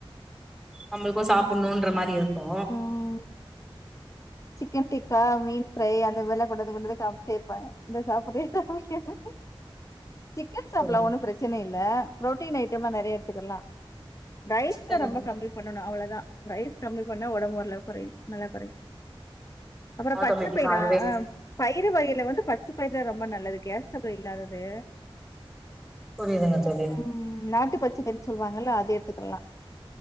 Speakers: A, in the centre; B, on the left.
A: நம்மளுக்கு சாப்பிடணும்ன்ற மாதிரி இருக்கு
B: ம் சிக்கன் டிக்கா மீன் ஃப்ரை அந்தமாரில்லா போட்டது மட்டுந்தா காமிச்சிட்டே இருப்பாங்க இந்தா சாப்பிடுறியா சாப்பிடுறியான்னு சிக்கன் சாப்டலா
A: புரியுது
B: ஒன்னு பிரச்சனை பிரச்சனை இல்ல புரோட்டின் ஐட்டம் எல்லா நறையா எடுத்துக்கலா ரைஸ்
A: சிக்கனு
B: தா ரொம்ப கம்மி பண்ணு பண்ணணு அவ்ளோதா ரைஸ் கம்மி பண்ணா ஒடம்பு நல்லா குறையு நல்லா குறையு அப்புறோ
A: ஆட்டோமேட்டிக்கா
B: பச்ச பயிரா
A: அதுவே
B: ஆ பயிறு வகையில வந்து பச்சு பயிரு தா ரொம்ப நல்லது கேஸ்டபுள் இல்லாதது
A: புரியுதுங்க தோழி
B: ம் நாட்டு பச்ச பயிரு சொல்வாங்கல்ல அது எடுத்துக்கலா